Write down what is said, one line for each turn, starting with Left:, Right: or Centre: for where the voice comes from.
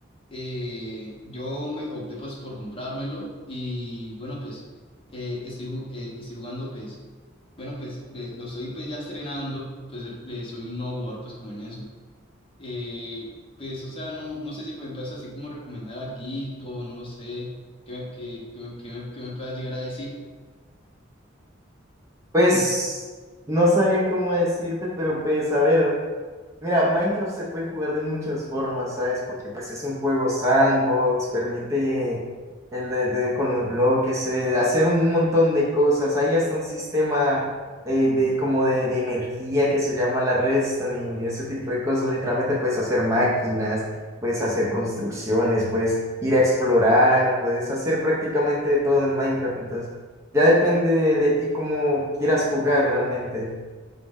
Left: eh, yo me opté pues por comprármelo y bueno, pues eh, estoy, ju- eh, estoy jugando pues, bueno, pues le- lo estoy pues ya estrenando, pues eh, soy un nuevo jugador pues como en eso. Eh, pues, o sea, no, no sé si me puedes así como recomendar alguito, no lo sé, que me, que, que me, que me, que me puedas llegar a decir.
Right: Pues no sabría cómo decirte, pero pues a ver, Mira, Minecraft se puede jugar de muchas formas, ¿sabes? Porque pues es un juego sandbox, permite el de, de- con los bloques, eh, hacer un montón de cosas. Hay hasta un sistema eh, de como de, de energía que se llama la redstone y ese tipo de cosas. Literalmente puedes hacer máquinas, puedes hacer construcciones, puedes ir a explorar, puedes hacer prácticamente de todo en Minecraft. Entonces, ya depende de, de ti cómo quieras jugar realmente.